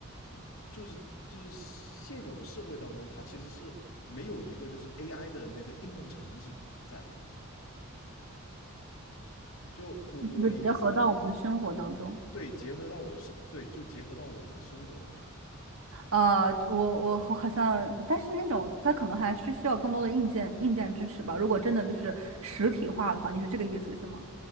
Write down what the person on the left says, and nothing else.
嗯就是就是现有的社会当中，它其实是没有一个就是 AI 的那个应用场景在的。就我我的意思就
对，结合到我的生对，就结合到我们的生活当中。